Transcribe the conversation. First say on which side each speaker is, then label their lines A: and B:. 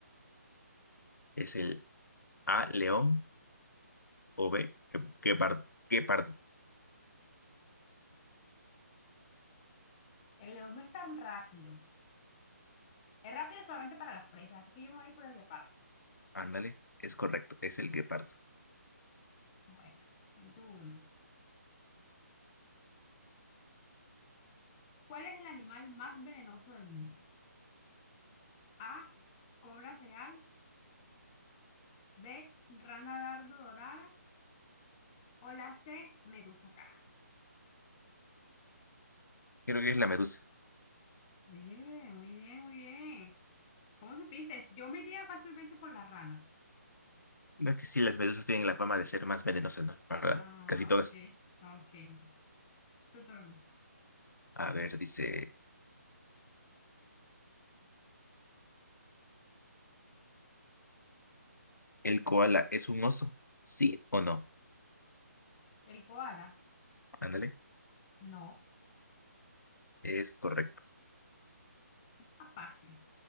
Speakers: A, on the left (about 80°); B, on the left (about 25°).
A: ¿Es el A, león o B, gue- guepardo? Guepardo.
B: El león no es tan rápido. Es rápido solamente para las presas, así que yo me voy a ir por el leopardo.
A: Ándale, es correcto, es el guepardo.
B: Bueno, mi turno. ¿Cuál es el animal más venenoso del mundo? A, cobra real, B, rana dardo dorada o la C, medusa caja.
A: Creo que es la medusa.
B: Muy bien, muy bien, muy bien. ¿Cómo supiste? Yo me iría fácilmente por la rana.
A: No es que sí, las medusas tienen la fama de ser más venenosas, ¿no? Para
B: Ah,
A: casi todas.
B: ok, ok, bueno. Tu turno.
A: A ver, dice, ¿el koala es un oso? ¿Sí o no?
B: ¿El koala?
A: Ándale.
B: No,
A: Es correcto.
B: <laughs> está fácil.